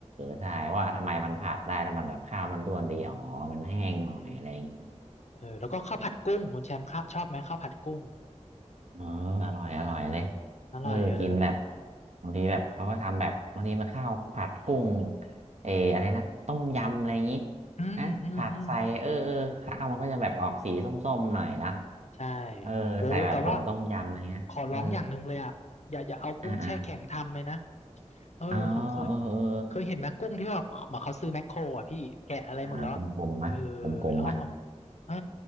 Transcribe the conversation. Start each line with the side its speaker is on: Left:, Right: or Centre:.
Right: ใช่ว่าทำไมมันผัดได้แล้วมันแบบข้าวมันร่วนดีอ๋อมันแห้งหน่อยอะไรอย่างงี้
Left: เออ เออแล้วก็ข้าวผัดกุ้งคุณแชมป์ครชอบไหมข้าวผัดกุ้ง
Right: ๋อเอออร่อยอร่อยเลย
Left: อร่อยเออ
Right: เออกินแบบบางทีแบบเขาก็ทำแบบบางทีมันข้าวผัดกุ้งเอออะไรนะต้มยำอะไรอย่างงี้
Left: อืมอืมอืม
Right: นะผัดใส่เออเออข้าวมันก็จะแบบออกสีส้มๆหน่อยนะ
Left: ใช่
Right: เออใส่แบบผงต้มยำอะไรเงี้ยเออ
Left: โอ้แต่ว่าขอร้องอย่างหนึ่งเลยอ่ะอย่าอย่าเอากุ้งแช่แข็งทำเลยนะ
Right: อ่าอ่า
Left: เออผมเคย
Right: อ๋อเออเออ
Left: เคยเห็นไหมกุ้งที่แบบเหมือนเขาซื้อแมคโครอ่ะพี่แกะอะไรหมดแล้วอะเออ
Right: อ่ากลมๆนะกลมๆนะ
Left: แล้วเอามาเออ